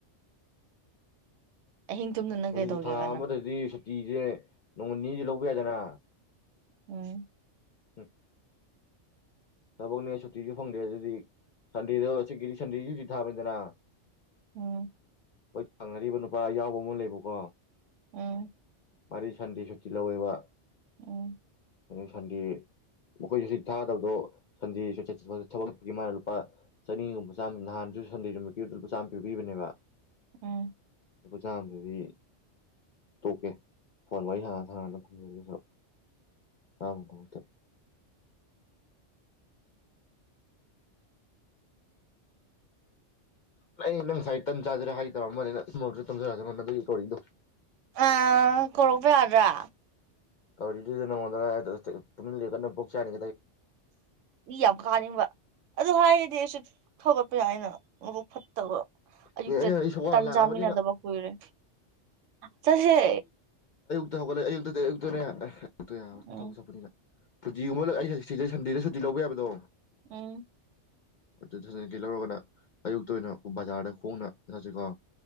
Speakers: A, on the right; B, on the left.
A: ꯑꯍꯤꯡ ꯇꯨꯝꯗꯅ ꯀꯩꯗꯧꯒꯦꯕ
B: ꯑꯗꯨ ꯊꯥ ꯑꯃꯗꯗꯤ
A: ꯅꯪ
B: ꯁꯨꯇꯤꯁꯦ ꯅꯣꯡ ꯅꯤꯗꯤ ꯂꯧꯕ ꯌꯥꯗꯅ
A: ꯎꯝ
B: ꯎꯝ ꯊꯕꯛꯅꯦ ꯁꯨꯇꯤꯁꯨ ꯐꯪꯗ꯭ꯔꯦ ꯑꯗꯨꯗꯤ ꯁꯟꯗꯦꯗ ꯍꯧꯛꯀꯤꯗꯤ ꯁꯟꯗꯦꯁꯤ ꯁꯨꯇꯤ ꯊꯥꯕꯅꯤꯗꯅ
A: ꯎꯝ
B: ꯍꯣꯏ ꯊꯥꯡꯅꯔꯤꯕ ꯅꯨꯄꯥ ꯌꯥꯎꯕ ꯑꯃ ꯂꯩꯕꯀꯣ
A: ꯎꯝ
B: ꯃꯥꯔꯤ ꯁꯟꯗꯦ ꯁꯨꯇꯤ ꯂꯧꯋꯦꯕ
A: ꯎꯝ
B: ꯁꯟꯗꯦ ꯃꯈꯣꯏꯁꯨꯇꯤ ꯊꯥꯗꯕꯗꯣ ꯁꯟꯗꯦ <unintelligible> ꯃꯥꯅ ꯂꯨꯄꯥ ꯆꯅꯤꯒꯨꯝꯕ ꯆꯥꯝꯃ ꯅꯍꯥꯟꯁꯨ ꯁꯟꯗꯦ ꯅꯨꯃꯤꯠꯀꯤ ꯂꯨꯄꯥ ꯆꯥꯝꯃ ꯄꯤꯕꯤꯕꯅꯦꯕ
A: ꯎꯝ
B: ꯂꯨꯄꯥ ꯆꯥꯝꯗꯨꯗꯤ ꯇꯣꯛꯀꯦ ꯐꯣꯟ ꯋꯥꯔꯤ ꯍꯥꯟꯅ ꯊꯥꯡꯅꯅ ꯐꯪꯖꯒꯦꯁꯨ ꯆꯥꯃꯩ ꯗꯃꯛꯇ ꯅ ꯅꯪ ꯉꯁꯥꯏ ꯇꯟ ꯆꯥꯖꯔꯦ ꯍꯥꯏꯇꯥꯕ ꯑꯃꯅꯦ ꯅꯪ ꯇꯝꯖꯔꯛꯅꯣ ꯅ ꯑꯗꯨꯒꯤ ꯀꯧꯔꯤꯗꯣ
A: ꯑꯥ ꯀꯣꯔꯛꯕ ꯌꯥꯗ꯭ꯔꯥ
B: ꯀꯕꯗꯨꯗꯤꯅꯉꯅ ꯄꯨꯣꯛ ꯆꯅꯤ
A: ꯏ ꯌꯥꯝ ꯀꯥꯅꯤꯕꯥ ꯑꯗꯨ ꯍꯥꯏꯔꯗꯤ ꯑꯩꯁꯨ ꯊꫭꯛꯂꯛꯄ ꯌꯥꯏꯅ ꯃꯕꯨꯛ ꯐꯠꯇꯕ ꯑꯌꯨꯛꯇ
B: ꯑꯦ ꯑꯩꯅ ꯑꯩ ꯁꯣꯛ ꯋꯥꯅ
A: ꯇꯥꯟ
B: ꯂꯥꯛꯑꯕꯅꯤꯅ
A: ꯆꯥꯃꯤꯟꯅꯗꯕ ꯀꯨꯏꯔꯦ ꯆꯠꯁꯦ
B: ꯒꯠ ꯂꯩ ꯑꯌꯨꯛ ꯑꯌꯨꯛ ꯇꯥꯅꯦ ꯑꯗꯨꯇ ꯌꯥꯔꯣꯏ
A: ꯎꯝ
B: ꯊꯧ ꯆꯕꯅꯤꯅ ꯁꯨꯇꯤꯒꯨꯝꯕꯂꯛ ꯑꯩꯗ ꯁꯟꯗꯦꯗ ꯁꯨꯇꯤ ꯂꯧꯕ ꯌꯥꯕꯗꯣ
A: ꯎꯝ
B: ꯑꯗꯨ ꯂꯧꯔꯒꯅ ꯑꯌꯨꯛꯇ ꯑꯣꯏꯅ ꯕꯖꯥꯔꯗ ꯐꯣꯡꯅ ꯊꯥꯁꯤꯀꯣ